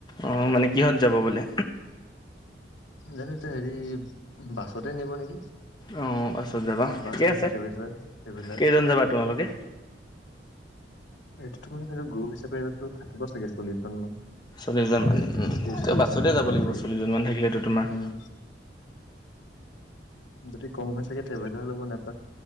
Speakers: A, on the left; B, on the left.
A: অ' মানে কিহত যাব বোলে।
B: জানো এতিয়া হেৰি বাছতে নিব নেকি?
A: অঁ বাছত যাবা ঠিকে
B: বাছ নাইবা
A: আছে
B: ট্ৰেভেলাৰ ট্ৰেভেলাৰ
A: কেইজন
B: -
A: যাবা তোমালোকে
B: এইটো তোমালোকে মানে গ্ৰুপ হিচাপে থাকিব এইটো থাকিব চাগে চল্লিশ জন মান।
A: চল্লিশজন মানে উম
B: ত্ৰিশ
A: তেওঁ
B: চল্লিশ
A: বাছতে
B: এনেকুৱা
A: যাব
B: থাকিব
A: লাগিব
B: চাগে
A: চল্লশজন মান। থাকিলে তোমাৰ-
B: উম যদি কম হয় চাগে ট্ৰেভেলাৰ ল'ব নাইবা